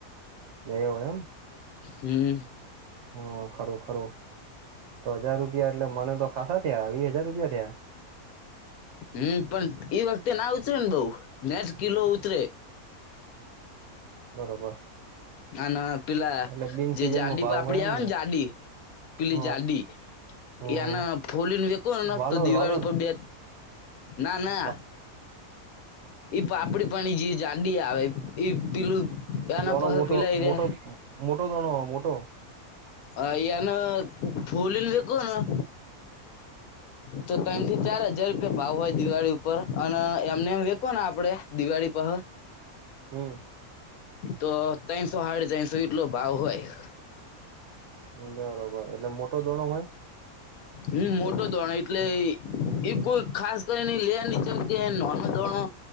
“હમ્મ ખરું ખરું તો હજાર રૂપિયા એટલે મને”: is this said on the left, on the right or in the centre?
Right